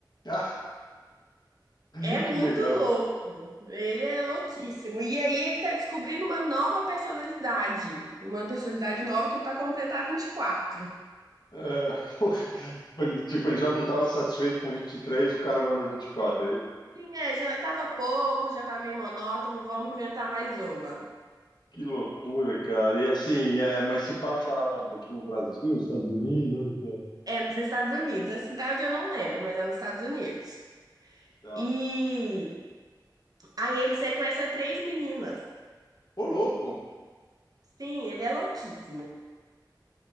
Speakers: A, on the left; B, on the right.
A: Ah, <laughs>
B: É muito
A: que legal.
B: louco. Ele é louquíssimo. E aí ele tá descobrindo uma nova personalidade. Uma personalidade nova que para completar 24.
A: É, <laughs> pô, tipo, ele já não estava satisfeito com 23. o cara manda 24. é
B: Sim, é, já tava pouco, já tá meio monótono, vamos inventar mais uma.
A: Que loucura, cara. E assim, é, mas se passa onde? aqui no Brasil, Estados Unidos, onde que é?
B: É nos Estados Unidos. A cidade eu não lembro, mas é nos Estados Unidos.
A: Tá.
B: E aí ele sequestra três meninas.
A: Ô, louco!
B: Sim, ele é louquíssimo.